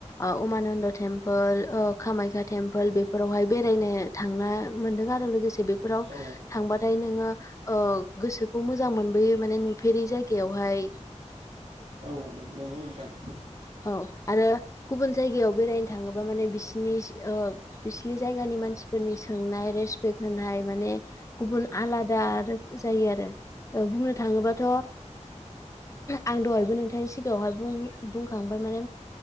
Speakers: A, on the left (about 25°); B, on the right (about 65°).
A: अमानन्द टेम्प पोल कामाख्या टेम्पोल बेफोरावहाय बेरायनो थांना मोनदों आरो लोगोसे बे फोराव
B: औ
A: थांबाथाय नोङो ओ गोसोखौ मोजां मोनबोयो माने नुफेरै जायगायावहाय
B: औ नंगौ गोमो न'फ्राबो औ नंगौ नोंथां औ बेफोरावहाय बेरायनो थांना मोनदों आरो औ
A: औ आरो गुबुन जायगायाव बेरायनो थाङोबा माने बिसिनि ओ बिसिनि जायगानि मानसिफोरनि सोंनाय रा रेसपेक होनाय माने गुबुन आलादा रोखोम जायो आरो बुंनो थाङोबाथ'
B: औ
A: आं दहायबो नोंथांनि सिगाङावहाय बुं-बुंखांबाय माने